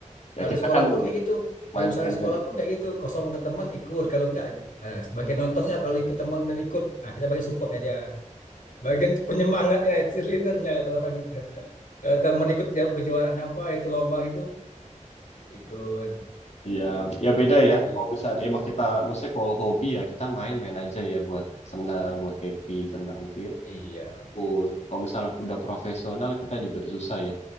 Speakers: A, on the left; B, on the left.
A: ya
B: kalau
A: kita
B: sekolah
A: kan
B: pun kayak
A: ya
B: gitu. Kalau
A: main-main
B: misalnya sekolah
A: aja.
B: pun kayak gitu kosong ke teman ikut kalau enggak nah, bagian nontonnya kalau ikut teman dan ikut nah, kita bagian support aja. Bagian penyemangatnya cheerleadernya kata orang itu. Kalau teman ikut jau- kejuaraan apa itu lomba gitu ikut.
A: ya ya beda ya.
B: Iya
A: Kalau misalnya emang kita, maksudnya kalau hobi ya kita main-main aja ya buat senang, buat happy, senang gitu ya.
B: iya.
A: Cool. Kalau misalnya udah profesional kita juga udah susah ya.